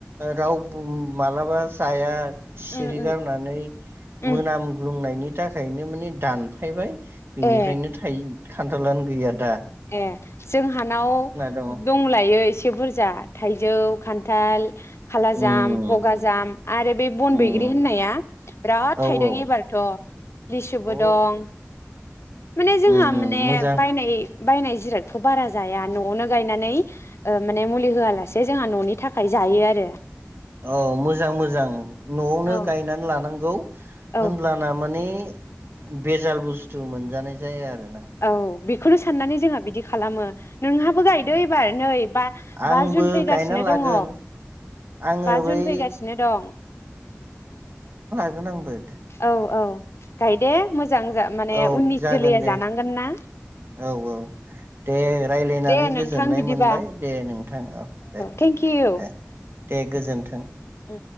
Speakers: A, on the right; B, on the left.
A: रावबो मालाबा जाया । सिरि
B: उम उम
A: गारनानै
B: उम
A: मोनामग्लुंनायनि थाखायनो माने दान फायबाय । बेनिफ्रायनो
B: ए
A: थायो । खान्थालानो गैया दा ।
B: ए । जोंहानाव
A: दङ
B: दंलायो एसे । एसे बुरजा थाइजौ खान्थाल खाला
A: उम
B: जाम बगाजाम आरो बे बन
A: उम
B: बैग्रि होननाया बिराद
A: औ
B: थाइदों
A: औ
B: एबारथ लिसुबो
A: अ
B: दं माने जोंहा
A: उम उम
B: माने
A: मोजां
B: बायनाय बायनाय जिरादखौ बारा जाया नआवनो गायनानै माने मुलि होआलासे जोंहा ननि थाखाय जायो आरो
A: औ मोजां मोजां नआवनो
B: औ
A: गायनानै लानांगौ
B: औ
A: ओनब्लाना माने बेजाल बुस्थु मोनजानाय जाया आरो ।
B: औ औ बेखौनो साननानै जोंहा बिदि खालामो । नोंहाबो गायदो
A: उम
B: एबार नै बा
A: आंबो
B: बा जुन फैगासिनो
A: गायना लागोन
B: दङ
A: आङो
B: बा
A: बै
B: जुन फैगासिनो दं ।
A: गोन आंबो ।
B: औ औ गायदे मोजां माने
A: औ
B: उननि
A: जागोन
B: जोलैया
A: दे
B: जानांगोन ना ।
A: औ औ । दे रायज्लायनानै
B: दे नोंथां
A: गोजोननाय
B: बिदिबा
A: मोनबाय दे नोंथां औ दे
B: थेंक
A: दे ।
B: इउ
A: दे गोजोन्थों।
B: उ।